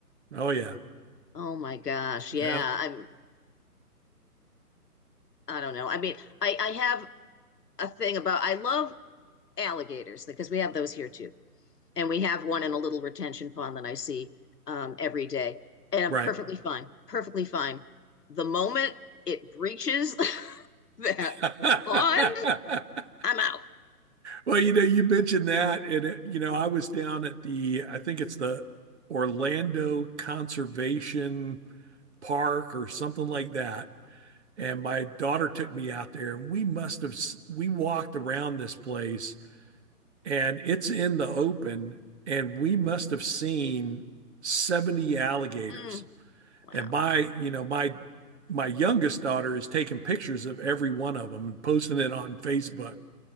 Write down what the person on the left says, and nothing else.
Oh my gosh.
Yeah. I'm I don't know. I mean, I I have a thing about I love alligators because we have those here too. And we have one in a little retention pond that I see um, every day. And
I'm perfectly fine. Perfectly fine. The moment it breaches <laughs> that
pond, I'm out.
Mm, wow.